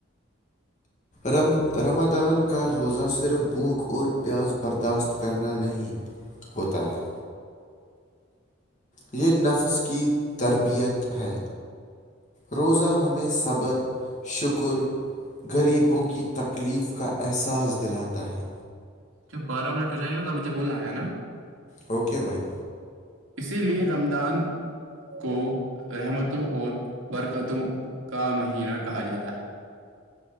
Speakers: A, on the left; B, on the right.
A: رم رمادان کا روزہ صرف بھوک اور پیاس برداشت کرنا نہیں ہوتا ہے یہ نفس کی تربیت ہے روزہ ہمیں صبر شکر غریبوں کی تکلیف کا احساس دلاتا ہے
B: جب بارہ منٹ ہو جاےگے تب مجھے بولنا ہے نا
A: اوکے بھائی
B: اسی لیے رمضان کو رحمتوں اور برکتوں کا مہینہ کہا جاتا ہے